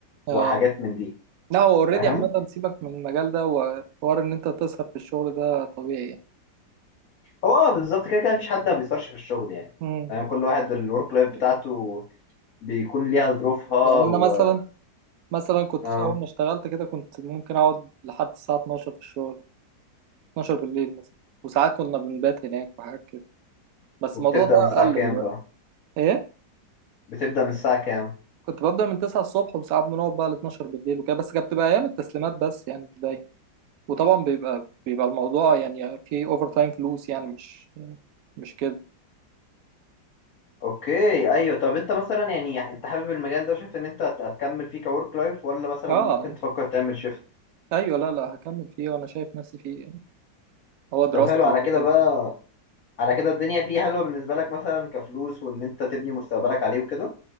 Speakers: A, on the right; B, on the left.
A: اه
B: وحاجات من دي
A: لا هو اوريدي
B: فاهم
A: عامة سيبك من المجال ده وحوار ان انت تسهر في الشغل ده طبيعي يعني
B: هو اه بالظبط كده كده مفيش حد ما بيصرش في الشغل يعني
A: مم.
B: فاهم كل واحد الورك لايف بتاعته بيكون ليها ظروفها
A: يعني
B: و
A: انا مثلا مثلا كنت
B: اه
A: في اول ما اشتغلت كده كنت ممكن اقعد لحد الساعة 12 في الشغل 12 بالليل مثلا وساعات كنا بنبات هناك وحاجات كده بس
B: وبتبدأ
A: الموضوع ده
B: من الساعة
A: قل
B: كام
A: دلوقتي
B: بقى
A: ايه
B: بتبدأ من الساعة كام
A: كنت ببدأ من 9 الصبح وساعات بنقعد بقى ل 12 بالليل وكده بس كانت بتبقى ايام التسليمات بس يعني ده وطبعا بيبقى بيبقى الموضوع يعني في اوفر تايم فلوس يعني مش مش كده
B: اوكي ايوه طب انت مثلا يعني يعني انت حابب المجال ده وشايف ان انت هت- هتكمل فيه كورك لايف ولا مثلا
A: اه
B: ممكن تفكر تعمل شيفت
A: ايوه لا لا هكمل فيه وانا شايف نفسي فيه يعني. هو دراستي
B: طب حلو على كده
A: وكل
B: بقى
A: حاجة.
B: على كده الدنيا فيه حلوه بالنسبه لك مثلا كفلوس وان انت تبني مستقبلك عليه وكده